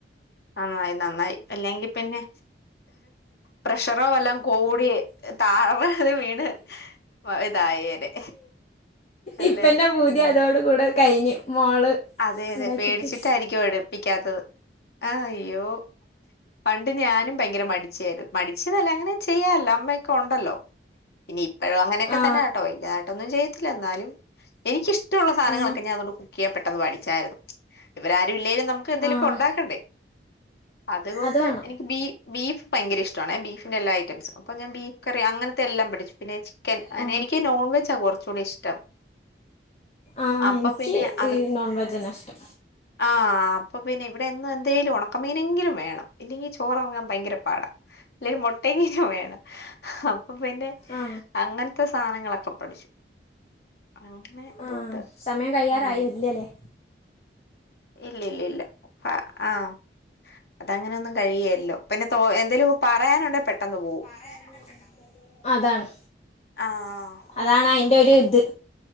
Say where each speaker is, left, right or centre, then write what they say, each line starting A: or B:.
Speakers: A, on the left; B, on the left.
A: ആയ്‌ <unintelligible> നന്നായി അല്ലെങ്കി പിന്നെ പ്രഷറോ വല്ലോം കൂടി താറാറ് വീണ് വാ ഇതായേനെ അല്ലേ
B: ഇപ്പെന്റെ ഭൂതി
A: ഉം
B: അതോട് കൂടെ കഴിഞ്ഞു മോള്
A: അതെ അതെ
B: ഉണ്ടാക്കിയിട്ട്
A: പേടിച്ചിട്ടായിരിക്കും ഒഴിപ്പിക്കാത്തത് ആഹ് അയ്യോ പ ണ്ട് ഞാനും ഭയങ്കര മടിച്ചായിരുന്നു മടിച്ചീന്നല്ല അങ്ങനെ ചെയ്യാറില്ല അമ്മയൊക്കെ ഒണ്ടല്ലോ ഇനി ഇപ്പോഴും അങ്ങനെയൊക്കെ
B: ആ
A: തന്നാട്ടോ വലുതായിട്ടൊന്നും ചെയ്യത്തില്ല എന്നാലും എനിക്കഷ്ട്ടൊള്ള സാധനങ്ങളൊക്കെ
B: ആ
A: ഞാൻ അതോണ്ട് കുക്ക് ചെയ്യാൻ പെട്ടെന്ന് പഠിച്ചായിരുന്നു ഇവരാരും ഇല്ലേലും നമുക്ക് എന്തേലൊക്കെ
B: ആ
A: ഉണ്ടാക്കണ്ടേ അതുകൊണ്ട്
B: അത് വേണം
A: എനിക്ക് ബീ ബീഫ് ഭയങ്കര ഇഷ്ടാണേ ഞാൻ ബീഫിന്റെ എല്ലാ ഐറ്റംസും അപ്പൊ ഞാൻ ബീഫ്കറി അങ്ങനത്തെ എല്ലാം പഠിച്ചു പിന്നേ ചി ക്കൻ അയ്ന്
B: ആ
A: എനിക്ക് നോൺവെജാ കൊറച്ചു കൂടി ഇഷ്ടം
B: ആഹ്
A: അപ്പൊ
B: എനിക്ക്
A: പിന്നെ അത്
B: ഹ് നോൺ വെജന്നാ ഇഷ്ടം
A: ആഹ് അപ്പ പിന്നെ ഇവിടെ എന്നും എന്തേലും ഒണക്കമീനെങ്കിലും വേണം ഇല്ലെങ്കി ചോറെറങ്ങാം ഭയ്ങ്കര പാടാ ഇല്ലേ ഒര് മൊട്ടയെങ്കിലും വേ അപ്പൊ പിന്നെ
B: ആ
A: അങ്ങൻ ത്തെ സാനെങ്ങെളൊക്കെ പഠിച്ചു അങ്ങനെ അതുകൊണ്ട്
B: ആ സമയം കഴിയാറായി
A: ഊം
B: ഇല്ലല്ലേ
A: ഇല്ലില്ലില്ലാ ഭ ആഹ് അതങ്ങെനൊന്നും കഴിയേല്ലോ പിന്നെ തോ എന്തേലു പറയാനുണ്ടേ പെട്ടെന്ന് പോവും
B: പറയാനുണ്ടേ പെട്ടെന്ന് പോവും അതാണ്
A: ആഹ്
B: അതാണ് അയ്ന്റാെര് ത്